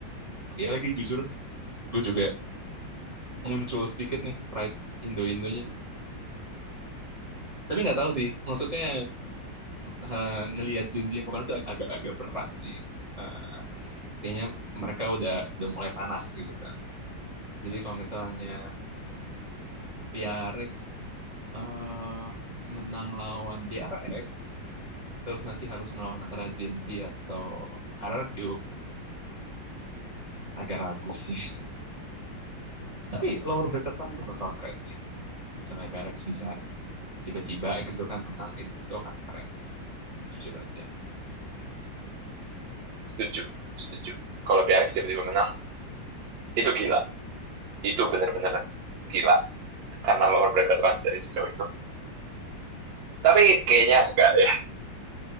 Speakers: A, on the right; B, on the right.
A: Iya lagi jujur, gue juga muncul sedikit nih pride Indo-Indonya. Tapi nggak tahu sih, maksudnya eh, ngelihat janji yang kemarin itu agak-agak berat sih. Eh, kayaknya mereka udah udah mulai panas gitu kan. Jadi kalau misalnya PRX eh, menang lawan DRX, terus nanti harus ngelawan antara Gen Z atau RRQ, agak ragu sih. <laughs> Tapi lower bracket run itu bakal keren sih. Misalnya PRX bisa tiba-tiba gitu kan menang, itu, itu akan keren sih. Jujur aja.
B: Setuju, setuju. Kalau PRX tiba-tiba menang, itu gila. Itu benar-benar gila. Karena lower bracket run dari sejauh itu. Tapi kayaknya enggak deh.